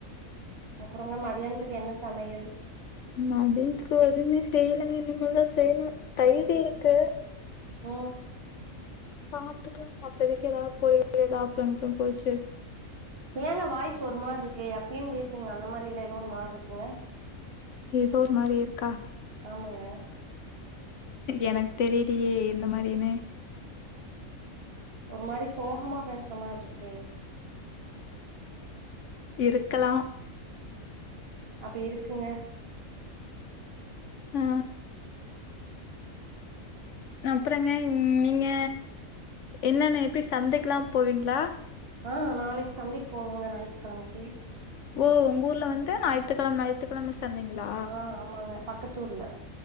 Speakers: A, on the right; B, on the left.
A: அப்றோங்க மதியான்த்துக்கு என்ன சமயல்
B: மதியான்துக்கு எதுமே செய்லங்க இனிமேதா செய்ணு தயிர் இருக்கு
A: ம்
B: பாத்துக்கிலா அப்பதக்கி ஏதாது பொரியலு ஏதா அப்ளோ கிப்ளோ பொருச்சு
A: ஏங்க வாய்ஸு ஒரு மாரிருக்கு எப்பயு பேசுவீங்கல அந்த மாரில்ல ஏதோ ஒரு மாரிர்க்குங்க
B: ஏதோ ஒரு மாரி இருக்கா
A: ஆமாங்க
B: எனக்கு தெரிலியே எந்த மாரினு
A: ஒரு மாரி சோகமா பேசுற மாரிர்க்கே
B: இருக்கலா
A: அப்ப இருக்குங்க
B: அ அப்றங்க ம் நீங்க என்னன்ன எப்டி சந்தக்கெலா போவீங்களா?
A: ஆ நாளக்கு சந்தக் போவோங்க ஞாயித்துக்கெழமைக்கி
B: ஓ ஒங்க ஊர்ல வந்து ஞாயி்த்துக்கெழம ஞாயி்த்துக்கெழம சந்தங்ளா?
A: ஆ ஆமாங்க பக்கத்து ஊர்ல